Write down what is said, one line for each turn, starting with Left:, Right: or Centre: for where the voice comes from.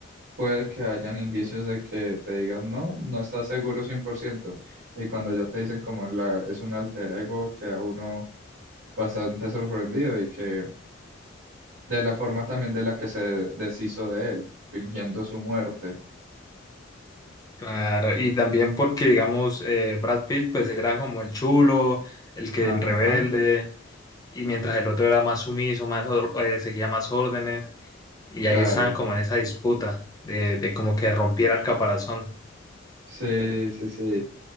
Right: puede que hayan indicios de que te digan no, no estás seguro 100% y cuando ya te dicen como la, es un alter ego queda uno bastante sorprendido y que de la forma también de la que se deshizo de él, fingiendo su muerte.
Left: Claro, y también porque, digamos, eh, Brad Pitt, pues, era como el chulo, el que
Right: Ajá,
Left: el rebelde, y mientras el otro era más sumiso, más, or- eh, seguía más órdenes. y
Right: claro,
Left: ahí estaban como en esa disputa de, de como que rompiera el caparazón.
Right: sí, sí, sí.